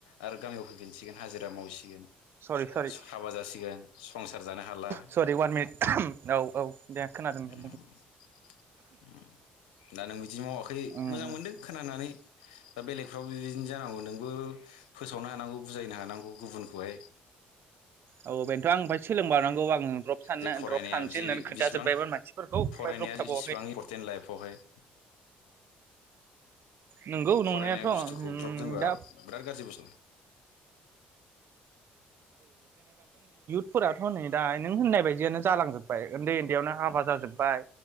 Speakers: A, on the left (about 80°); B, on the right (about 55°).
A: आरो गामियाव फैफिसिगोन हाजिरा मावसिगोन,
B: सरि सरि
A: हाबा जासिगोन, संसार जानो हाला
B: सरि वान मिनिट औ औ दे खोनादों दे
A: उम दा नों बिदि मावाखै
B: बुंदो
A: मोजां मोनदों खोनानानै। दा बेलेगफ्राबो बिदिनो जानांगौ नोंबो फोसावनो हानांगौ बुजायनो हानांगौ गुबुनखौहाय।
B: औ बेनोथ' आं ओमफ्राय सोलोंबावनांगौ आं। द्रप साननो
A: जे फरायनाया
B: द्रप थानोसै
A: जे
B: होननानै खोन्थाजोब्बायमोन
A: बिसेबां
B: मानसिफोरखौ ओमफ्राय
A: फरायनाया
B: द्रप थाबावाखै
A: जेसेबां इम्परटेन्ट लाइफआवहाय।
B: नंगौ नंनायाथ'
A: फरायनाय
B: उम
A: बुस्थुखौ द्रप दोनबा
B: दा
A: बिराद गाज्रि बुस्थु।
B: फ्रायाथ' नै दा नों होननाय बायदियानो जालांजोब्बाय। उन्दै उन्दैयावनो हाबा जाजोब्बाय,